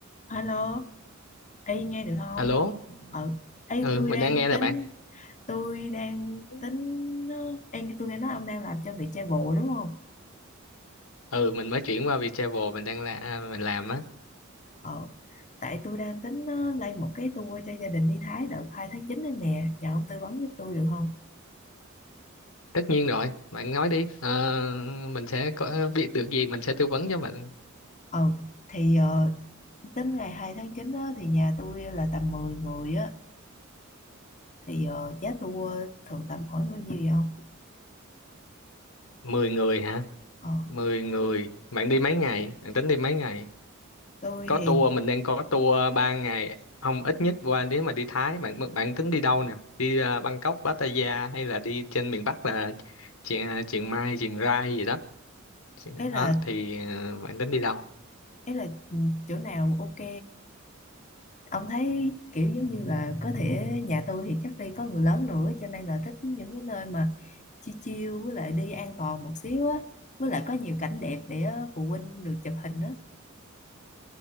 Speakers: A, on the left; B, on the left.
A: Alo, y nghe được không?
B: Alo,
A: Ừ, ê
B: ừ
A: tôi
B: mình
A: đang
B: đang nghe
A: tính
B: nè bạn.
A: tôi đang
B: Ừ.
A: tính ờ, em tôi nghe nói ông đang làm cho việc chạy bộ đúng không?
B: Ừ mình mới chuyển qua Viettravel mình đang là à, mình làm á.
A: Ờ, tại tôi đang tính ờ, lên một cái tour cho gia đình đi Thái đợt 2 tháng 9 này nè, nhờ ông tư vấn giúp tôi được không?
B: Tất nhiên rồi, bạn nói đi. Ờ, mình sẽ có biết được gì mình sẽ tư vấn cho bạn.
A: Ừ, thì ờ, tính ngày 2 tháng 9 á, thì nhà tôi là tầm 10 người á thì ờ, giá tour thường tầm khoảng bao nhiêu vậy không?
B: mười người hả?
A: Ờ,
B: mười người. Bạn đi mấy ngày? Bạn tính đi mấy ngày?
A: tôi
B: Có
A: thì
B: tour mình đang có tour 3 ngày. Không ít nhất qua nếu mà đi Thái bạn bạn tính đi đâu nè? Đi à, Bangkok, Pattaya hay là đi trên miền Bắc là Chiang Chiang Mai, Chiang Rai gì đó.
A: ấy
B: Đó
A: là
B: thì ờ, bạn tính đi đâu?
A: ấy là ừ, chỗ nào ok ông thấy kiểu giống như là có thể nhà tôi thì chắc đi có người lớn nữa cho nên là thích những cái nơi mà chill chill với lại đi an toàn một xíu á với lại có nhiều cảnh đẹp để ờ, phụ huynh được chụp hình á